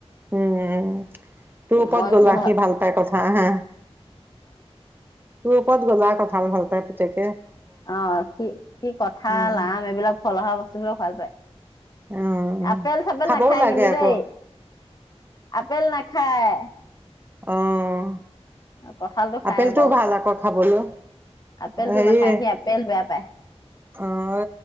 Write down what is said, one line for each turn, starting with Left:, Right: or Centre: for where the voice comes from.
Right: উম তোৰ ওপৰত
Left: মই কিন্তু
Right: গলা সি ভাল পাই কথা হা। তোৰ ওপৰত গ'লা কথা ভাল পাই তুতে।
Left: অঁ সি সি কঠাল
Right: উম
Left: আমি এইবিলাক ফল অহা বস্তুবলাক। ভাল পায়।
Right: অ
Left: আপেল চাপেল
Right: খাবও
Left: নাখায়
Right: লাগে
Left: কিন্তু
Right: আকৌ
Left: দেই আপেল নাখায়।
Right: অঁ।
Left: কঁঠালটো খাই
Right: আপেলটোও
Left: বাৰু
Right: ভাল আকৌ খাবলৈ
Left: আপেলটো
Right: হেৰিয়ে
Left: নাখায় সি আপেল বেয়া পায়
Right: অঁ